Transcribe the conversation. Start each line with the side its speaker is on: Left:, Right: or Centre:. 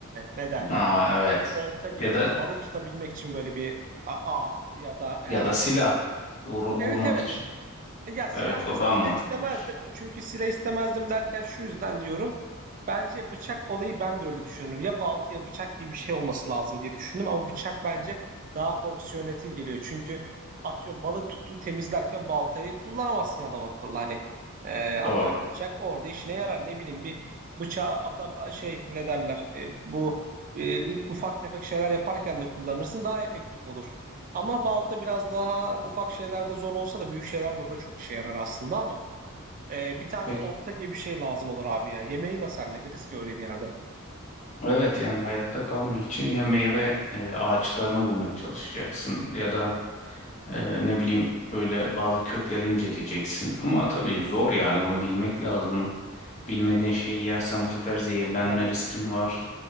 Right: ne derler?
Left: Aa evet.
Right: olta gibi
Left: Ya da
Right: böyle balık tutabilmek için böyle bir a, a ya da herhangi
Left: ya da silah
Right: bir.
Left: Vur- vurmak
Right: Evet evet.
Left: için.
Right: Ya silah,
Left: Evet o daha
Right: silah
Left: mantıklıymış.
Right: istemezdim. Çünkü silah istemezdim derken şu yüzden diyorum. Bence bıçak olayı ben de öyle düşünüyorum. Ya balta ya bıçak gibi bir şey olması lazım diye düşündüm. Ama bıçak bence daha fonksiyonel geliyor. Çünkü atıyorum balık tuttun temizlerken baltayı kullanamazsın adam akıllı. Hani Ee, ama
Left: Doğru.
Right: bıçak orada işine yarar. Ne bileyim bir bıçağı atam şey ne derler e, bu e, ufak tefek şeyler yaparken de kullanırsın daha efektif olur. Ama balta biraz daha ufak şeylerde zor olsa da büyük şeylerde o da çok işe yarar aslında ama e, bir tane
Left: Peki
Right: de olta gibi bir şey lazım olur abi ya. Yemeği nasıl hallederiz ki öyle bir yerde?
Left: evet yani hayatta kalmak için ya meyve e, ağaçlarını bulmaya çalışacaksın ya da e, ne bileyim böyle bazı kökleri inceleyeceksin. Ama tabii zor yani bunu bilmek lazım. Bilmediğin şeyi yersen bu sefer zehirlenme
Right: Tabii.
Left: riskin var.